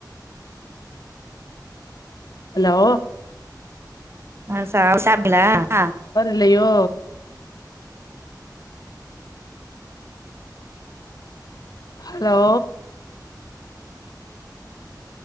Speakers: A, on the left; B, on the right.
A: ஹலோ
B: அ ஸ் <inaudible>
A: ல்லையோ ஹலோ